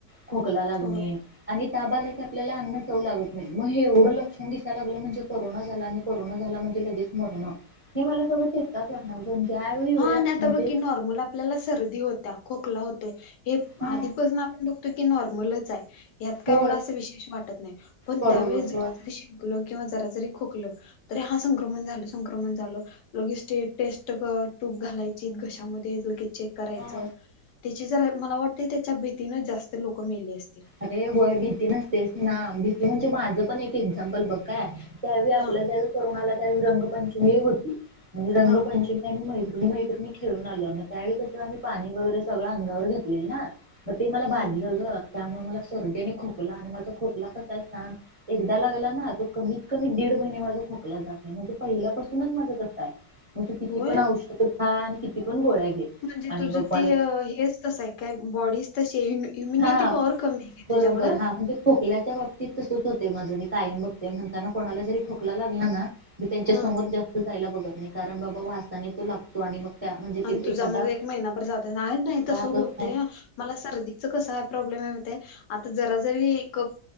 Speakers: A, on the right; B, on the left.
A: खोकला लागणे.
B: होय
A: आणि ताबाला की आपल्याला अन्न जाऊ लागत नाही मग हे एवढं लक्षण दिसायला लागलं म्हणजे कोरोना झाला आणि कोरोना झाला म्हणजे लगेच मरणं हे मला सगळं चिताच वाटणार पण ज्यावेळी वेळ
B: हा आणि आता
A: म्हणजे
B: बघ की नॉर्मल आपल्याला सर्दी होत्या खोकला होतोय हे
A: हा
B: आधीपासून आपण बघतो की नॉर्मलच आहे. यात काय
A: होय
B: एवढं अस विशेष वाटत नाही पण
A: बरोबर
B: त्यावेळीस जरा
A: होय
B: जरी शिंकल किंवा जरा जरी खोकलं. तरी हा संक्रमण झालं संक्रमण झालं लगेच स्टे टेस्ट कर. तूप घालायची घशामध्ये लगेच चेक करायचं.
A: हा
B: त्याची जर मला वाटते त्याच्या भीतीन जास्त लोक मेले असतील.
A: अरे होय भीती नसतेस ना भीती म्हणजे माझं पण एक एक्झाम्पल बघ काय त्यावेळी आपला
B: हा
A: ज्यावेळी करोना आला त्यावेळी रंगपंचमी होती म्हणजे रंगपंचमी.
B: हा
A: त्यांनी मैत्रिणी मैत्रिणी खेळूंन आलं नां त्यावेळीं तसं आम्हीं पाणी वगैरें सगळं अंगावर घेतलेलं नां मंग ते मला
B: हम्म
A: बाधलं गं त्यामुळें मला सर्दी खोकला आणि माझा खोकला कसां आहे सांन एकदां लागला नां तो कमीत कमी दीड महिने माझा खोकला जातं नाहीं म्हणजे पहिल्यापासूनचं माझं कसं आहे मंग तू किती
B: होय
A: पणं औषधी खा आणि किती पणं गोळ्या घे
B: म्हणजे
A: आणि
B: तुझं
A: मग मला
B: ते हेंच तसं आहे कायं बॉडीस तशी इम्युनिटी
A: हा
B: पॉवर कमी आहे
A: बरोबर
B: तुझ्याकडं
A: हां म्हणजे खोकल्याच्यान बाबतींत तसंच होते माझं मी कायंम बघते म्हणताना कोणाला जरी खोकला लागला नां मी त्यांच्या
B: हा
A: समोरं जास्तं जायला बघंत नाहीं कारणं बाबां वासाने तो लागतो आणि मंग त्यां म्हणजे ते
B: आणि तुझा
A: एखादा
B: मंग एक महिनाभर जातं नाहीं
A: राहतच
B: तसं होतें
A: नाही
B: मंला सर्दीचा कसं आहे प्रॉब्लेम आहेतंय आता जरा जरी कप